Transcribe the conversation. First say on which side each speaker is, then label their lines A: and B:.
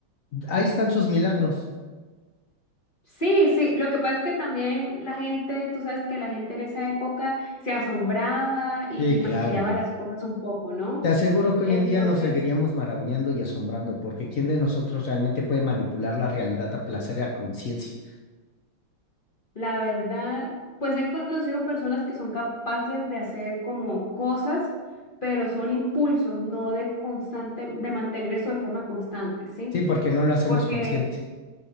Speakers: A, on the left (about 75°); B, on the left (about 35°).
A: ahí están sus milagros.
B: Sí, sí, lo que pasa es que también la gente, tú sabes que la gente en esa época se asombraba y
A: Sí, claro.
B: maquillaba las cosas un poco, ¿no?
A: Te aseguro que hoy
B: Entonces,
A: en día nos seguiríamos maravillando y asombrando, porque ¿quién de nosotros realmente puede manipular la realidad a placer y a conciencia?
B: La verdad, pues he conocido personas que son capaces de hacer como cosas, pero son impulsos, no de constante, de mantener eso de forma constante, ¿sí?
A: Sí, porque no lo hacemos
B: Porque,
A: consciente.